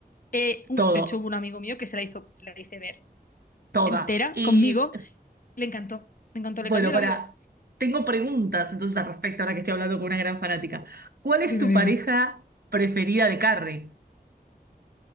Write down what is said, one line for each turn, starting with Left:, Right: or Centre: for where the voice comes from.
Left: Eh, un-
Right: todo,
Left: de hecho, hubo un amigo mío que se la hizo, se la hice ver
Right: toda.
Left: entera
Right: Y
Left: conmigo, le encantó, me encantó,
Right: Bueno,
Left: le cambió
Right: para.
Left: la vida.
Right: Tengo preguntas entonces al respecto, ahora que estoy hablando con una gran fanática. ¿Cuál es
Left: Dime,
Right: tu
Left: dime.
Right: pareja preferida de Carrie?